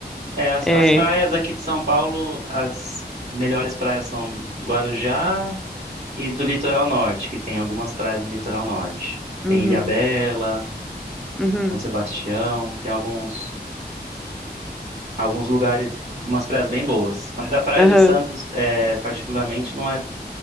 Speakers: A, on the right; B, in the centre.
A: É, as,
B: É.
A: as praias aqui de São Paulo, as melhores praias são Guarujá e do litoral norte, que tem algumas praias no litoral norte.
B: Uhum,
A: Tem Ilhabela,
B: uhum,
A: São Sebastião, tem alguns alguns lugares, umas praias bem boas. Mas a Praia
B: aham.
A: de Santos, é, particularmente, não é